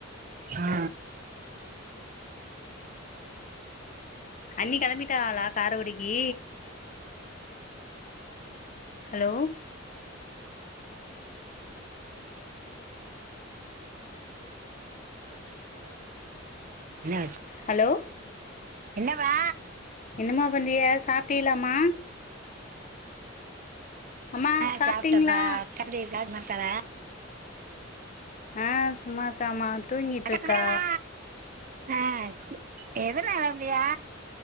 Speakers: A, on the right; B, on the left.
A: ஆ
B: அண்ணி கெளம்பிட்டாகளா காரகுடிக்கி ஹலோ
A: என்ன ஆச்
B: ஹலோ
A: என்னவா
B: என்னமா பண்றிக சாப்டீலாமா அம்மா
A: ஆ
B: சாப்ட்டீங்களா
A: சாப்ட்டப்பா கபடி இல்ல க்காலா
B: ஆ சும்மா இக்காமா தூங்கிட்ருக்கா
A: அக்கா சுமங்கலா, ஆ எதுனால அப்படியா